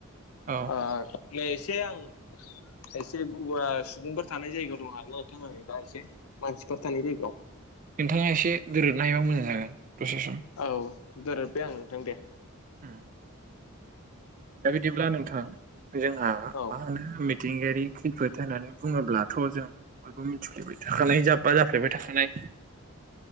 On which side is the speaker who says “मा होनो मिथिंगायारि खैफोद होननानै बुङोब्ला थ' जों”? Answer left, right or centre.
Right